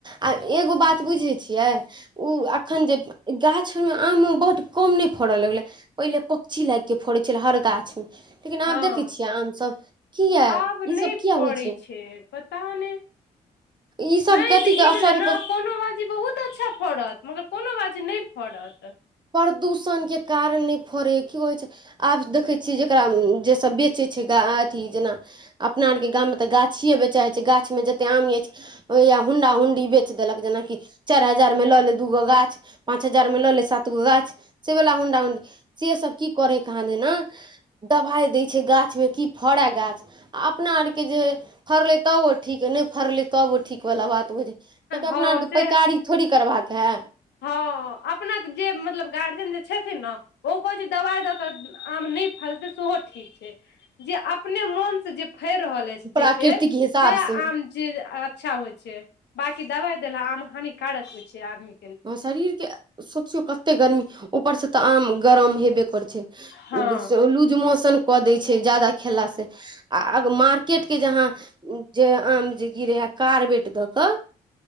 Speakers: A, on the right; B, on the left.
A: आ एगो बात बुझै छियै ओ एखन जे गाछर में आम मे बहुत कम नहि फड़य लगले ओहिले पक्षी लागि के फोड़ै छलै हर गाछ में लेकिन
B: हँ
A: आब देखे छियै आम सब क य
B: आब नहि
A: ई सब किया
B: फड़ै
A: होइ छइ
B: छै पता नइ
A: ईसभ
B: नहि
A: कथीके
B: तऽ ई
A: असर
B: भेल न
A: पर
B: कोनो बाजी बहुत फड़त मगर कोनो बाज नइ फड़त
A: प्रदूषण के कारण नइ फड़े ह की कहै छै आब देखे छीयै जेकरा जेस बेच बेचै छै ग अथी जेना अपना आरके गाममें तऽ गाछिए बेचऽइत छै गाछमे जतेक आम अछि ओ य हुंडाुंडी बेच देलक जेनाकि चारि हजार में लऽ ले दूगो गाछ पाँच हजार में लऽ ले सात गो गाछ से वला होडा उंडी से सब की करे ह कहाँ दे ने दबाइ दइ छै गाछमे की फड़य गाछ आ अपना आरके जे फरलै तब ओ ठीक ह नइ फड़लै तब ओ ठीक वला बात बझ कियाकि अपना
B: हँ
A: आरके
B: से
A: पैकारी थोड़ी करबाक है
B: हँ अपना तऽ जे मतलब गार्जियन जे छथिन ने ओ कहैत छै दवाइ द क आ नहि फलतै सेहो ठीक छै जे अपने मन फइड़ रहल अछि
A: प्राकृतिक
B: जे पेड़
A: हिसाब
B: वएह
A: से
B: आम जेज अच्छा होइ छै बाँकी दवाइ देला आम हानिकारक होइ छै आदमीे
A: वैह शरीर के सोचियौ कते गर्मी ऊपर से तऽ आम गरम हेबे करै छै
B: हँ
A: लूज मोशन कऽ दै छै जादा खेलासँ आ मार केट के जहाँ जे आम जे गिरइ है कारबेट द क